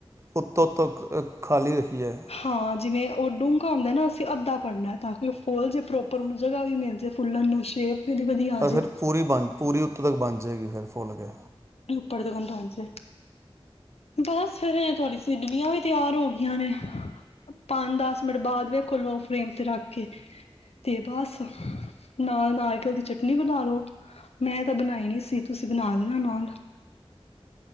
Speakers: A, on the right; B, on the left.
A: ਉੱਤੋਂ ਉੱਤ ਖਾਲੀ ਰੱਖੀ ਹੈ
B: ਹਾਂ ਜਿਵੇਂ ਉਹ ਡੂੰਘ ਆਉਂਦਾ ਨਾ ਅਸੀਂ ਅੱਾੜ੍ਹਨਾ ਤਾਂ ਫੋਲ ਜੇ ਪ੍ਰੋਪਰਨੂੰ ਜਗ੍ਹਾ ਵੀ ਮਿਲ ਜਾ ਫੁੱਲਾਂ ਨੂੰ ਸ਼ੇਪ ਵੀ ਉਹਦੀ ਵਧੀਆ ਆ ਜੇ
A: ਫਿਰ ਪੂਰੀ ਬਣ ਪੂਰੀ ਉੱਥੋਂ ਤੱਕ ਬਣ ਜਾਏਗੀ ਫਿਰ ਫੁੱਲ ਕੇ
B: ੱਪੜੇ ਦਖਣ ਪੰਜਛ ਬਸ ਫਿਰ ਤੁਹਾਡੀ ਸਿਡਵੀਆਂ ਵੀ ਤਿਆਰ ਹੋ ਗਈਆਂ ਨੇ ਪੰਜ ਦਸ ਮਿੰਟ ਬਾਅਦ ਵਖੋਲੋ ਪ੍ਰੇਮ ਤੇ ਰੱਖ ਕੇ ਤੇ ਬਸ ਨਾ ਨਾ ਅੱਜਕੱਲ੍ਹ ਦੀ ਚਟਨੀ ਬਣਾ ਲੋ ਮੈਂ ਤਾਂ ਬਣਾਈ ਨੀ ਸੀ ਤੁਸੀਂ ਬਣਾ ਦੇਣਾ ਨਾਲ